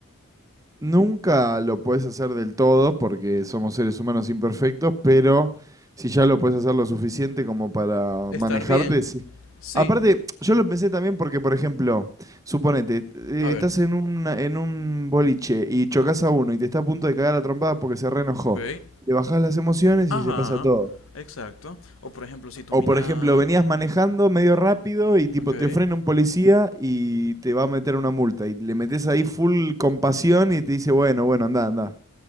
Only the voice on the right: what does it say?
nunca lo puedes hacer del todo porque somos seres humanos imperfectos, pero si ya lo puedes hacer lo suficiente como para
manejarte,
sí.
Aparte, yo lo pensé también porque, por ejemplo, suponete, eh,
estás en un, en un boliche y chocas a uno y te está a punto de cagar a trompadas porque se reenojó.
Le bajás las emociones
y se pasa todo.
O
por ejemplo, venías manejando medio rápido y tipo
te frena un policía y te va a meter una multa y le metes ahí full compasión y te dice, bueno, bueno, anda, anda.